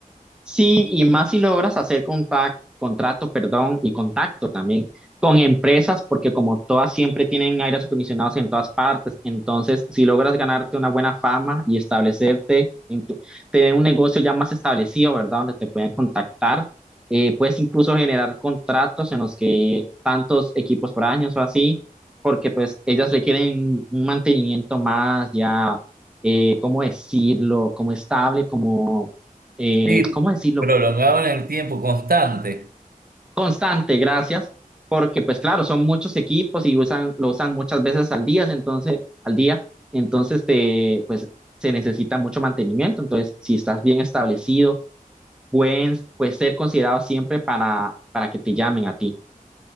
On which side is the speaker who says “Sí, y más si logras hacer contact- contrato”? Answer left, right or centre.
Centre